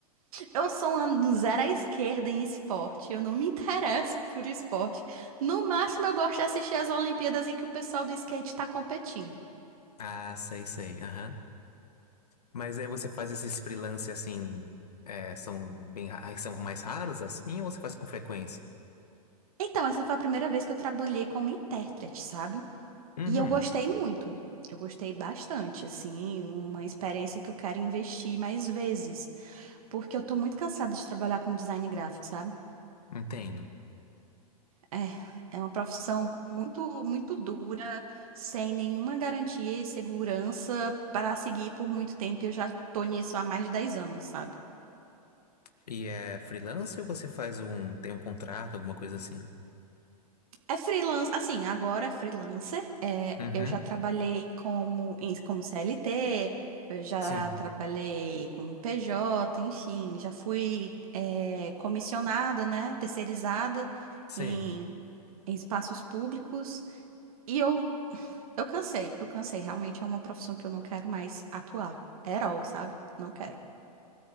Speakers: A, on the right; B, on the left.
A: Eu sou uma zero à esquerda em esporte, eu não me interesso por esporte. No máximo, eu gosto de assistir as Olimpíadas em que o pessoal do skate tá competindo.
B: Ah, sei, sei. Aham. Mas aí você faz esses freelance assim, é, são bem, ra- são mais raros assim, ou você faz com frequência?
A: Então, essa foi a primeira vez que eu trabalhei como intérprete, sabe?
B: Uhum,
A: E eu gostei muito. Eu gostei bastante, assim, uma experiência que eu quero investir mais vezes. Porque eu tô muito cansada de trabalhar com design gráfico, sabe?
B: entendo.
A: É, é uma profissão muito, muito dura, sem nenhuma garantia e segurança para seguir por muito tempo. e Eu já tô nisso há mais de dez anos, sabe?
B: E é freelance ou você faz um, tem um contrato, alguma coisa assim?
A: É freelance, assim, agora é freelancer. É,
B: Uhum,
A: eu já trabalhei como, em- como CLT, eu já
B: sim,
A: trabalhei como PJ, enfim, já fui, é, comissionada, né? Terceirizada
B: sei.
A: em, em espaços públicos. E eu Eu cansei, eu cansei. Realmente é uma profissão que eu não quero mais atuar. At all, sabe? Não quero.